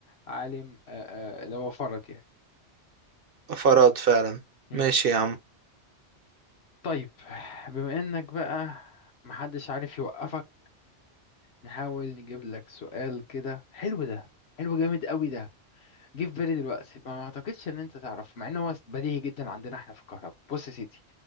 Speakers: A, on the left (about 65°); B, on the right (about 60°).
A: عالم آه، آه، اللي هو فرد يعني
B: فراد فعلا
A: مم.
B: ماشي يا عم
A: طيب بما انك بقى محدش عارف يوقفك نحاول نجيب لك سؤال كده حلو ده حلو جامد قوي ده جه في بالي دلوقتي ما ما اعتقدش ان انت تعرف مع ان هو بديهي جدا عندنا احنا في الكهرباء بص يا سيدي